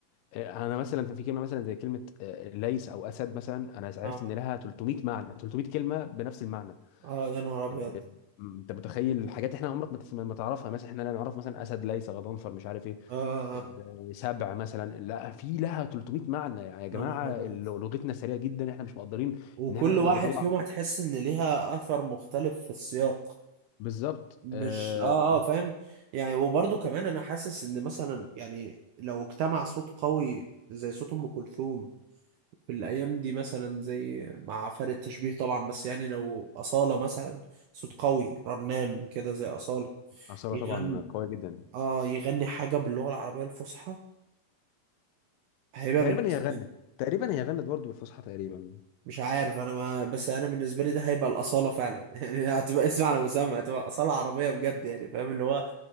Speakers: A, on the left (about 80°); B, on the right (about 80°).
A: آه، أنا مثلا في كلمة مثلا زي كلمة آه، ليس أو أسد مثلا أنا عرفت
B: اه
A: إن لها 300 معنى 300 كلمة بنفس المعنى
B: آه، يا نهار ابيض
A: آه، م- أنت متخيل حاجات إحنا عمرك ما تس- ما تعرفها مثلا إحنا لا نعرف مثلا أسد ليس غضنفر مش عارف إيه
B: اه آه،
A: آه،
B: آه،
A: سبع مثلا لا في لها 300 معنى يعني يا جماعة
B: يا نهار ابيض
A: لغتنا سريعة جدا إحنا مش مقدرين
B: وكل
A: إن إحنا نقدر
B: واحد
A: نطلع
B: فيهم هتحس ان ليها اثر مختلف في السياق
A: بالظبط
B: مش
A: آه،
B: اه اه فاهم يعني وبرضه كمان انا حاسس ان مثلا يعني لو اجتمع صوت قوي زي صوت ام كلثوم في الايام دي مثلا زي مع فرق التشبيه طبعا بس يعني لو اصالة مثلا صوت قوي رنان كده زي اصالة
A: عصارة
B: يغني
A: طبعا قوية جدا
B: اه يغني حاجة باللغة العربية الفصحى هيبقى
A: تقريبا
B: بالنسبة
A: هي غنت تقريبا هي غنت برضه بالفصحى تقريبا
B: مش عارف انا ما بس انا بالنسبه لي ده هيبقى الاصاله فعلا <laughs> يعني هتبقى اسم على مسمى هتبقى اصاله عربيه بجد يعني فاهم اللي هو